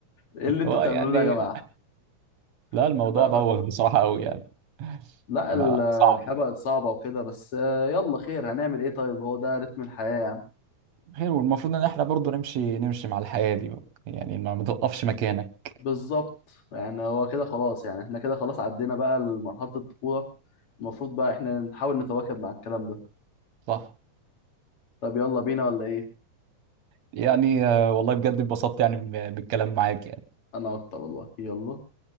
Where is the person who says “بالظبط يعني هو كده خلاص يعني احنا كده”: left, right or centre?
Left